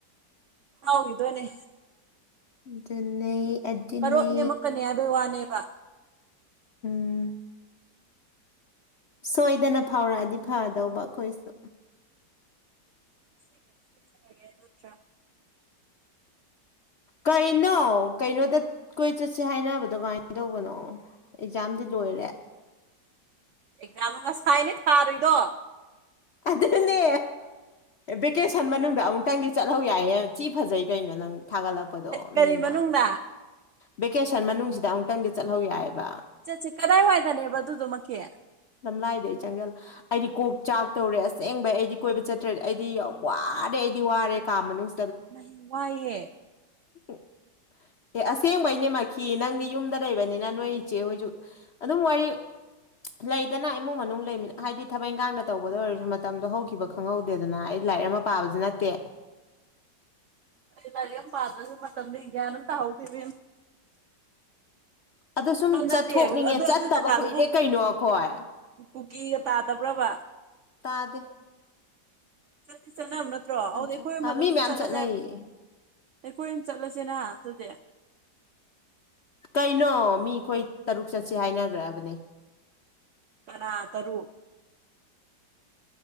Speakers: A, on the right; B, on the left.
A: ꯍꯗꯅꯦ
B: ꯑꯗꯨꯅꯦ ꯑꯗꯨꯅꯦ
A: ꯀꯔꯣꯞ ꯅꯦꯝꯃꯛꯀꯅꯤ ꯍꯥꯏꯕꯩ ꯋꯥꯅꯦꯕ
B: ꯎꯝ ꯁꯣꯏꯗꯅ ꯐꯥꯎꯔꯛꯑꯗꯤ ꯐꯗꯧꯕ ꯑꯩꯈꯣꯏꯁꯨ
A: ꯑꯁꯤꯦꯡꯖꯔꯒꯦ ꯅꯠꯇ꯭ꯔꯥ <inaudible>
B: ꯀꯩꯅꯣ ꯀꯩꯅꯣꯗ ꯀꯣꯏ ꯆꯠꯁꯦ ꯍꯥꯏꯅꯕꯗꯣ ꯀꯃꯥꯏꯅ ꯇꯧꯕꯅꯣ ꯑꯦꯛꯖꯥꯝꯗꯤ ꯂꯣꯏ ꯑꯣꯏꯔ
A: ꯒ ꯑꯃ ꯉꯁꯥꯏꯅꯦ ꯇꯥꯔꯨꯏꯗꯣ
B: ꯑꯗꯨꯅꯦ ꯚꯦꯀꯦꯁꯟ ꯃꯅꯨꯡꯗ ꯑꯃꯨꯛꯇꯪꯗꯤ ꯆꯠꯍꯧ ꯌꯥꯏꯍꯦ ꯁꯤꯤ ꯐꯖꯩ ꯀꯩꯅꯣ ꯅꯪ ꯊꯥꯒꯠꯂꯛꯄꯗꯣ
A: ꯀꯔꯤ
B: ꯃꯤꯅ
A: ꯃꯅꯨꯡꯗ
B: ꯚꯦꯀꯦꯁꯟ ꯃꯅꯨꯡꯁꯤꯗ ꯑꯃꯨꯛꯇꯪꯗꯤ ꯆꯠꯍꯧ ꯌꯥꯏꯑꯕ
A: ꯆꯠꯁꯦ ꯀꯗꯥꯏ ꯋꯥꯏꯗꯅꯦꯕ ꯑꯗꯨꯗꯨꯃꯛꯀꯤ
B: ꯂꯝꯂꯥꯏꯗ ꯑꯩ ꯆꯪꯖꯦꯜ ꯑꯩꯗꯤ ꯀꯣꯛ ꯆꯥꯛ ꯇꯧꯔꯦ ꯑꯁꯦꯡꯕꯩ ꯑꯩꯗꯤ ꯀꯣꯏꯕ ꯆꯠꯇ꯭ꯔꯦꯗꯤ ꯑꯩꯗꯤ ꯋꯥꯔꯦ ꯑꯩꯗꯤ ꯋꯥꯔꯦ ꯀꯥ ꯃꯅꯨꯡ
A: ꯅ ꯋꯥꯏꯌꯦꯦ
B: ꯎꯝ ꯑꯦ ꯑꯁꯦꯡꯕꯩꯅꯦ ꯃꯈꯈꯤ ꯅꯪꯗꯤ ꯌꯨꯝꯗ ꯂꯩꯕꯅꯤꯅ ꯅꯣꯏ ꯏꯆꯦ ꯍꯧꯣꯏꯖꯤꯛ ꯑꯗꯨꯝ ꯋꯥꯔꯤ ꯂꯩꯗꯅ ꯏꯃꯨꯡ ꯃꯅꯨꯡ ꯂꯩꯃꯤ ꯍꯥꯏꯗꯤ ꯊꯕꯛ ꯏꯪꯈꯥꯡꯗ ꯇꯧꯕꯗ ꯑꯣꯏꯔꯁꯨ ꯃꯇꯝꯗꯣ ꯍꯧꯈꯤꯕ ꯈꯪꯍꯧꯗꯦꯗꯅ ꯑꯩ ꯂꯥꯏꯔꯤꯛ ꯑꯃ ꯄꯥꯕꯁꯨ ꯅꯠꯇꯦ
A: ꯑꯗꯨ ꯔꯤ ꯌꯥꯝ ꯄꯥꯗꯁꯨ ꯃꯇꯝꯗꯤ ꯒꯅꯝ ꯇꯥꯍꯧꯁꯤꯕꯤ
B: ꯑꯗꯣ ꯁꯨꯝ
A: ꯅꯠꯇꯦ
B: ꯆꯠꯊꯣꯛꯅꯤꯡꯉꯦ
A: ꯑꯗꯨ ꯑꯗꯨ
B: ꯆꯠꯇꯕ
A: ꯖꯒꯥꯗꯨꯕꯨ
B: ꯀꯨꯏꯔꯦ ꯀꯩꯅꯣ ꯑꯩꯈꯣꯏ
A: ꯀꯨꯀꯤꯒ ꯇꯥꯗꯕ꯭ꯔꯕ
B: ꯇꯥꯗ
A: ꯆꯠꯇꯤ ꯆꯠꯅꯕ ꯅꯠꯇ꯭ꯔꯣ ꯑꯗꯨꯗꯤ ꯑꯩꯈꯣꯏ
B: ꯆꯠ
A: ꯑꯃ
B: ꯑ
A: ꯑꯗꯨꯝ
B: ꯃꯤ ꯃꯌꯥꯝ
A: ꯆꯠꯂꯁꯦ
B: ꯆꯠꯅꯩꯌꯦ
A: ꯍꯥꯏꯕ ꯑꯦ ꯀꯣꯏꯝ ꯆꯠꯂꯁꯤꯅ ꯑꯗꯨꯗꯤ
B: ꯀꯩꯅꯣ ꯃꯤ ꯑꯩꯈꯣꯏ ꯇꯔꯨꯛ ꯆꯠꯁ ꯍꯥꯏꯅꯈ꯭ꯔꯕꯅꯦ
A: ꯇꯔ ꯇꯔꯨ